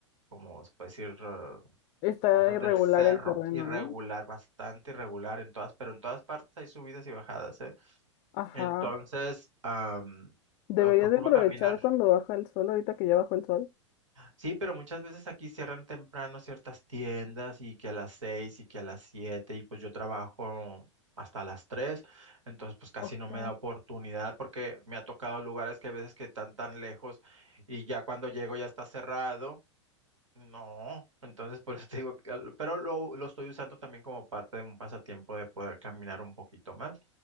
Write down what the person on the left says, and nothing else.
Está
irregular
el terreno,
¿no?
Ajá.
Deberías
de aprovechar
cuando baja el sol, ahorita que ya bajó el sol.
Ok.